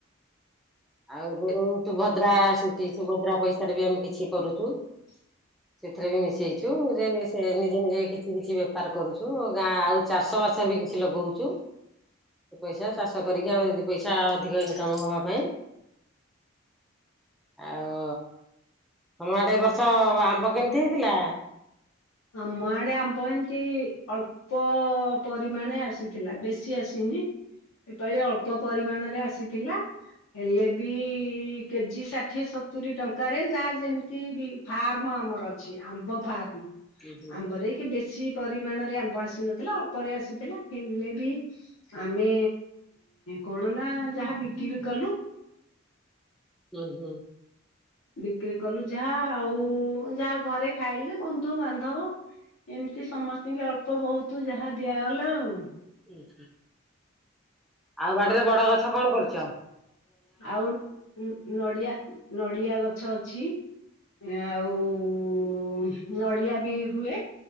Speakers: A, in the centre; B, on the left.
A: ଆଉ ସୁଭଦ୍ରାଠ <unintelligible> ସୁଭଦ୍ରା ପଇସାରେ ବି ଆମେ କିଛି କରୁଛୁ
B: ହଁ <unintelligible>
A: ସେଥିରେ ବି ମିଶେଇଚୁ ଯେ ସେ ନିଜେ ନିଜେ କିଛି କିଛି ବେପାର କରୁଚୁ ଗାଁ ଆଉ ଚାଷ ବାସ ବି କିଛି ଲଗଉଚୁ। ପଇସା ଚାଷ କରିକି ଆମେ ଦି ପଇସା ଅଧିକ ଇନକମ ହବା ପାଇଁ। ଆଉ ତମ ଆଡେ ଏ ବର୍ଷ ଆମ୍ବ କେମିତି ହେଇଥିଲା?
B: ଆମଆଡେ ଆବ ଏନ୍ତିତି ଅଳ୍ ପ ପରିମାଣେ ଆସିଥିଲା ବେଶୀ ଆସିନି। ଏପାଳି ଅଳ୍ପ ପରିମାଣରେ ଆସିଥିଲା। ହେଲେ ବି କେଜି ଷାଠିଏ ସତୁରି ଟଙ୍କାରେ ଯାହା ଯେମିତିବି ଫାର୍ମ ଆମର ଅଛି ଆମ୍ବ ଫାର୍ମ।
A: ଉଁ ହୁଁ
B: ଆମ୍ବରେ କି ବେଶୀ ପରିମାଣରେ ଆମ୍ବ ଆସିନଥିଲା ଅପ୍ଲରେ ଆସିଥିଲା ଏମ ବି ଆମେ କଣ ନା ଯାହା ବିକ୍ରି କଲୁ
A: ହୁଁ ହୁଁ।
B: ବିକ୍ରି କଲୁ ଯାହା ଆଉ ଯାହା ଘରେ ଖାଇଲୁ ବନ୍ଧୁବାନ୍ଧବ ଏମିତି ସମସ୍ତିଙ୍କି ଅଳ୍ପ ବହୁତ ଯାହା ଦିଆଗଲା ଆଉ।
A: ଉ ହୁଁ। ଆଉ ବାଡିରେ ବଡ ଗଛ କଣ କରିଚ?
B: ଆଉ ନଡ଼ିଆ ନଡ଼ିଆ ଗଛ ଅଛି ଆଉ ଉ ନଡିଆ ବି ହୁଏ